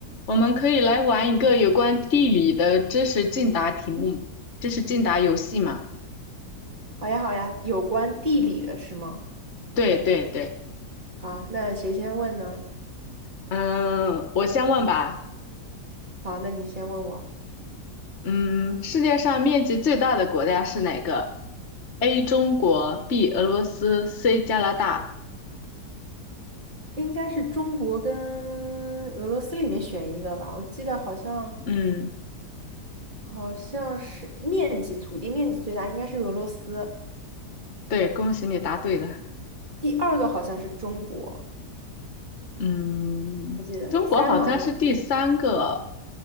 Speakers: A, on the left; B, on the right.
A: 我们可以来玩一个有关地理的知识竞答题目，知识竞答游戏嘛？
B: 好呀，好呀，有关地理的是吗？
A: 对对对，
B: 好，那谁先问呢？
A: 嗯，我先问吧，
B: 好，那你先问我，
A: 嗯，世界上面积最大的国家是哪个？A 中国，B 俄罗斯，C 加拿大。
B: 应该是中国跟俄罗斯里面选一个吧。我记得好像
A: 嗯，
B: 好像是面积，土地面积最大应该是俄罗斯，
A: 对，恭喜你答对了。
B: 第二个好像是中国，
A: 嗯，
B: 我记得第三个好像是
A: 中国好像是第三个，